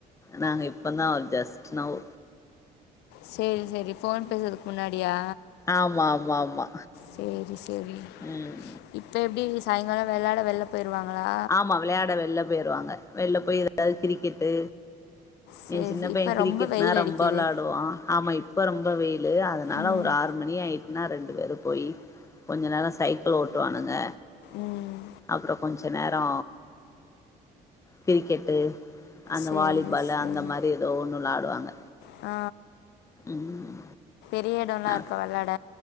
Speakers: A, on the left (about 20°); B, on the left (about 85°).
A: நாங்க இப்ப தா ஜஸ்ட் நவ்
B: செரி செரி ஃபோன் பேசதுக் முன்னாடியா
A: ஆமா ஆமா ஆமா
B: சேரி சேரி
A: ம்
B: இப்ப எப்டி சாய்ங்கால வெளாட வெள்ல போய்ருவாங்களா
A: ஆமா விளையாட வெல்லம் போய்ருவாங்க வெள்ள போய் ஏதாவ் கிரிக்கெட்டு
B: சேரி
A: எ சின்ன பைய
B: இப்ப
A: கிரிக்கெட்னா
B: ரொம்ப வெயில்
A: ரொம்ப
B: அடிக்குது
A: வெளாடுவா ஆமய் இப்ப ரொம்ப வெயிலு அதனால
B: ம்
A: ஒரு ஆறு மணி ஆயிட்னா ரெண்டு பேரு போயி் கொஞ்ச நேர சைக்கள் ஓட்டுவானுங்க
B: ம்
A: அப்றோ கொஞ்ச் நேரோ கிரிக்கெட்டு அந்த
B: சேரி
A: வாலிபாலு
B: சேரி
A: அந்த மாரி இர் தோ ஒன்னு வெளாடுவாங்க
B: ஆ
A: ம்
B: வீடு எல்லா
A: அ
B: இருக்க விளையாட